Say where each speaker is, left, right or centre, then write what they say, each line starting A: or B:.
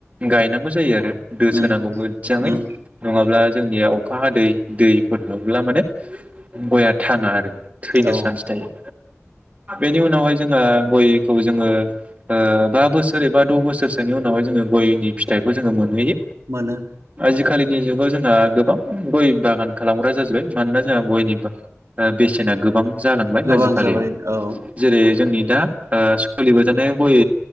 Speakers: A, on the right (about 30°); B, on the right (about 70°).
A: गायनांगौ जायो आरो। दोसोनांगौमोन।
B: उम
A: जाङै
B: उम
A: नङाब्ला दा जोंनिया अखा हादै दैफोर मोनब्ला माने गया थाङा आरो। थैनो
B: औ
A: सान्स थायो। बेनि उनावहाय जोङो गयखौ जोङो ओ बा बोसोर एबा द' बोसोरसोनि उनावहाय जोङो गयनि फिथाइखौ जोङो मोनहैयो।
B: मोनो
A: जिखालिनि जुगाव जोंहा गोबां गय बागान खालामग्रा जाजोबबाय मानोना जोंहा गयनि बाग ओ बेसेना गोबां जालांबाय
B: गोबां
A: आजिखालियाव
B: जाबाय औ
A: जेरै जोंनि दा ओ सोलिबाय थानाय गय